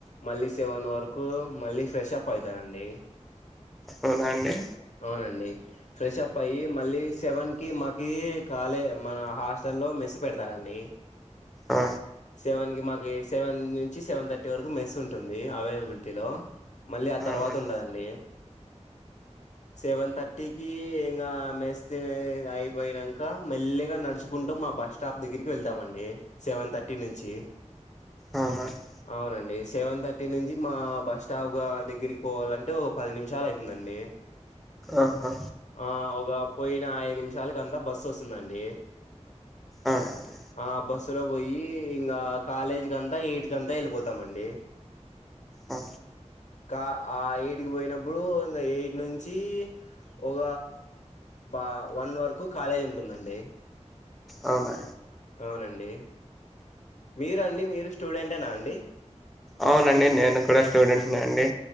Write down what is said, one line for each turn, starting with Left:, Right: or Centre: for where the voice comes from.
Left: మళ్ళీ సెవెన్ వరకు మళ్ళీ ఫ్రెషప్ అయితానండి
Centre: అవునా అండి
Left: అవునండి ఫ్రెష్ అప్ అయ్యి మళ్ళీ సెవెన్ కి మాకి కాలే మా హాస్టల్లో మెస్ పెడతారండి
Centre: ఆ
Left: సెవెన్ కి మాకు సెవెన్ నుంచి సెవెన్ థర్టీ వరకు మెస్ ఉంటుంది అవైలబిలిటీలో మళ్ళీ ఆ
Centre: అవునండి
Left: తర్వాత ఉండదండి సెవెన్ థర్టీకి ఇంగ మెస్తే అయిపోయినంక మెల్లిగా నడుచుకుంటూ మా బస్ స్టాప్ దగ్గరికి వెళ్తామండి సెవెన్ థర్టీ నుంచి,
Centre: అవునండి
Left: అవునండి సెవెన్ థర్టీ నుంచి మా బస్ స్టాప్గా దగ్గరికి పోవాలంటే ఒక పది నిమిషాలు అయితుందండి ప్చ్
Centre: ఆహా
Left: ఆ ఒగ పోయిన ఐదు నిమిషాలకు అంతా బస్ వస్సుందండి
Centre: అవునండి
Left: ఆ బస్ స్సు లో పోయి ఇంకా కాలేజీ కంతా యెయిట్ కంతా వెళ్ళిపోతామండి,
Centre: ఆ
Left: క ఆ ఎయిట్కి పోయినప్పుడు ఇంగ ఎయిట్ నుం చ్చి ఒక బ వన్ వరకు కాలేజ్ ఉంటుందండి
Centre: అవునా
Left: అవునండి, మీరండి మీరు స్టూడెంటేనా అండి
Centre: అవునండి నేను కూడా స్టూడెంట్ నే అండి